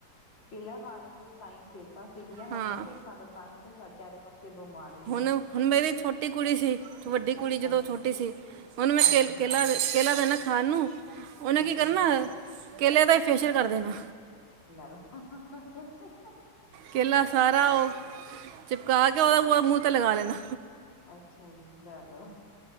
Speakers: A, on the left (about 65°); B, on the right (about 85°).
A: ਪੀਲਾਂ ਹਾਲ ਏਦਾਂ, ਦੇ ਤਾਈ ਸਿਹਤਾਂ ਸਿਗੀਆ ਹੁਣ
B: ਹਾਂ
A: ਨਹੀਂ ਕੋਈ ਖਾਂਦਾ ਤਾਂ ਹੀ ਤਾਂ ਸਾ ਚਾਰੇ ਪਾਸੇ ਬਿਮਾਰੀਆਂ
B: ਹੁਣ ਹੁਣ ਮੇਰੀ ਛੋਟੀ ਕੁੜੀ ਸੀ ਵੱਡੀ ਕੁੜੀ ਜਦੋਂ
A: ਹਾਂਜੀ
B: ਛੋਟੀ ਸੀ। ਔਨੂੰ ਮੈਂ
A: ਹਾਂਜੀ
B: ਕੇ-ਕੇਲਾ-ਕੇਲਾ ਦੇਣਾ। ਖਾਣ ਨੂ ਔਨੇ ਕੀ
A: ਅੱਛਾ
B: ਕਰਨਾ
A: ਜੀ
B: ਆਹ ਕੇਲੇ ਦਾ ਹੀ ਫੇਸੀਅਲ ਕਰ ਦੇਨਾ।
A: ਲੈ ਲੋ। ਹਾਹਾਹਾਹਾ
B: ਕੇਲਾ ਸਾਰਾ ਉਹ ਚਿਪਕਾ ਕੇ ਉਹਦਾ <unintelligible> ਤੇ ਲਗਾ ਲੈਣਾ।
A: ਅੱਛਾ ਜੀ, ਲੈ ਲੋ।